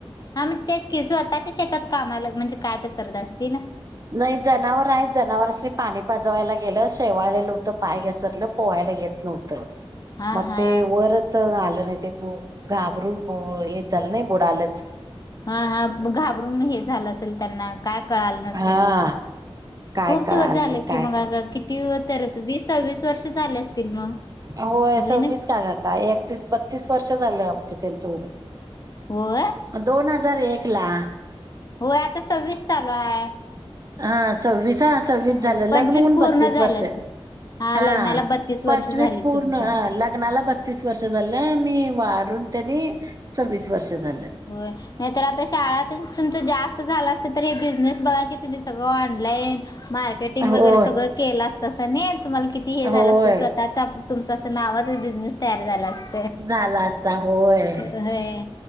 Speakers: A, on the left; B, on the right.
A: हा म्हणज तेच की स्वतःच्या शेतात कामाला म्हणजे काय तर करत असतील
B: नाही जनावर आहेत जनावरास्नी पाणी बजवायला गेलं शेवाळलेलं होतं पाय घसरलं पोहायला येत नव्हतं.
A: हा
B: म
A: हा
B: ते वरच आलं नाही ते ब घाबरून हे झालं नाही बुडालच
A: हा हा घाबरून हे झालं असेल त्यांना काय कळाल नसेल.
B: हा काय
A: खूप
B: कळाल
A: दिवस झाले
B: नाही काय
A: की मग,
B: कर
A: अ किती तर विसाव्या च वर्ष झाले असतील मग.
B: हो
A: होय
B: सवीस
A: ना
B: का ग, अक्का एकतीस- बत्तीस वर्ष झालं. त्यांच
A: होय
B: दोन हजार एक ला
A: होय आता सव्वीस चालू आहे.
B: हा सव्वीस ह सव्वीस
A: हो
B: झालं, लग्न
A: पंचवीस
B: होऊन
A: पूर्ण
B: बत्तीस
A: झालं
B: वर्ष.
A: असतील.
B: हा.
A: लग्नाला बत्तीस वर्ष
B: पंचवीस
A: झाली
B: पूर्ण
A: तुमच्या.
B: लग्नाला बत्तीस वर्ष झालं आणि
A: होय
B: वारून त्यांनी सव्वीस वर्ष. झालं
A: होय नाही तरर आता शाळातच तुमच जास्त झाला कुठलातरी बिझनेस बघा की तुम्ही सगळं ऑनलाईन मार्केटिंग
B: हो
A: वगैरे सगळं केलं असत. तसं नाही तुम्हाला किती हे झालं
B: होय
A: असतं स्वतःच आप तुमचं असं नावाच बिझनेस तयार झाला अस
B: झाला असता होय.
A: होय